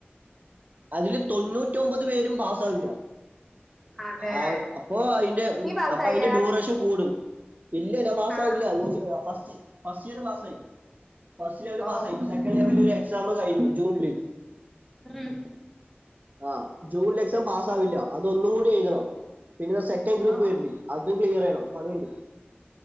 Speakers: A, on the right; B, in the centre.
A: അതില് തൊണ്ണൂറ്റിഒമ്പത് പേരും പാസ്സാവില്ല,
B: അതെ
A: ആ അപ്പൊ അതിന്റെ
B: നീ പാസായ
A: അപ്പൊ അതിന്റെ ഡ്യൂറേഷൻ കൂടും ഇല്ല പാസ്സ
B: ആഹ്
A: ആവില്ല ഫസ്റ്റ് ഫസ്റ്റ് ലെവല്
B: ഓ
A: പാസ്സായി ഇപ്പൊ സെക്കൻഡ് ലെവല് ഒരു എക്സാം കഴിഞ്ഞു ജൂണില്
B: ഉം
A: ആ ജൂണ എക്സാം പാസ് ആവില്ല അതൊന്നും കൂടി എഴുതണം പിന്നെ സെക്കൻഡ് ഗ്രൂപ്പ്
B: ഓ
A: വരണ്ട് അതും ക്ലിയർ ആയിണോ പണി ണ്ട്